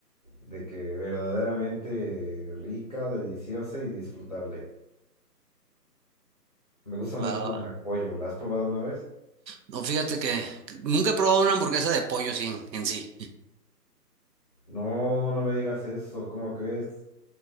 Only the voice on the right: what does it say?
Va, va,
va.
No, fíjate que que nunca he probado una hamburguesa de pollo sin, en sí.